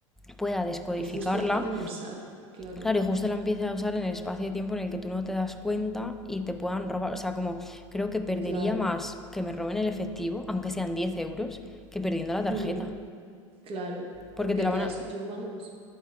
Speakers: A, in the centre; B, on the right.
A: pueda descodificarla,
B: Y justo la empiezan a usar, claro,
A: claro, y justo la empiece a usar en el espacio de tiempo en el que tú no te das cuenta y te puedan robar, o sea, como creo que perdería
B: claro,
A: más que me roben el efectivo, aunque sean 10 euros, que perdiendo la tarjeta.
B: mm, claro,
A: Porque
B: porque
A: te la
B: te
A: van
B: das,
A: a,
B: yo vamos,